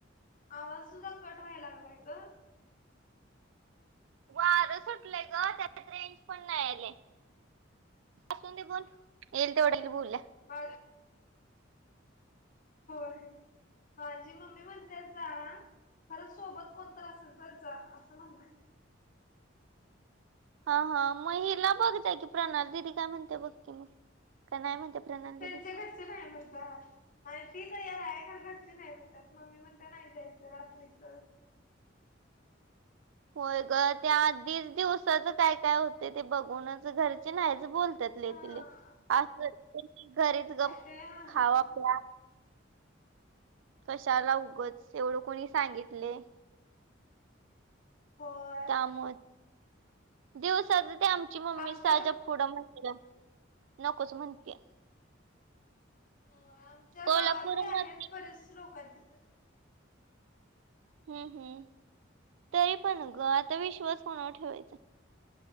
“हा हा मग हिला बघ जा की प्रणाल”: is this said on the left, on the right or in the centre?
Right